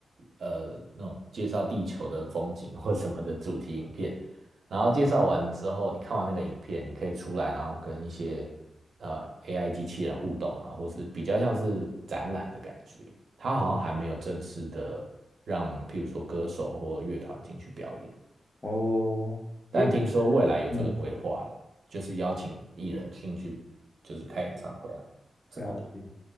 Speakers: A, on the right; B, on the left.
A: 呃那种介绍地球的风景或什么的主题影片。然后介绍完之后，你看完那个影片，你可以出来，然后跟一些呃 AI 机器人互动啊，或是比较像是展览的感觉。它好像还没有正式的让，譬如说歌手或乐团进去表演，
B: 哦，因为感
A: 但听说未来有这个规划了，
B: 嗯，
A: 就是邀请艺人进去，就是开演唱会啊什么的。
B: 了解。